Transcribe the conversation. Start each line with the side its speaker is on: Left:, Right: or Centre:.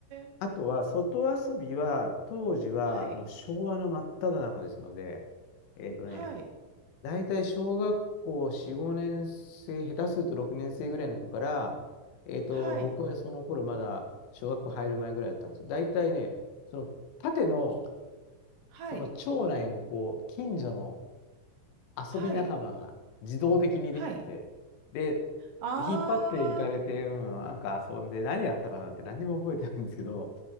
Right: え。
Left: あとは、外遊びは、当時は、
Right: はい。
Left: もう昭和の真っ只中ですので、えっとね、
Right: はい。
Left: 大体小学校4、5年生、下手すると6年生ぐらいの子から、えっと、
Right: はい。
Left: 僕はその頃まだ小学校入る前ぐらいだったんですけど、大体ね、その縦の、
Right: はい。
Left: その町内のこう、近所の遊び仲間が自動的にできてて、
Right: はい。はい。
Left: で、
Right: ああ、
Left: 引っ張っていかれて、
Right: <laughs>
Left: うん、なんか遊んで、何やったかなんて何にも覚えてないんですけど、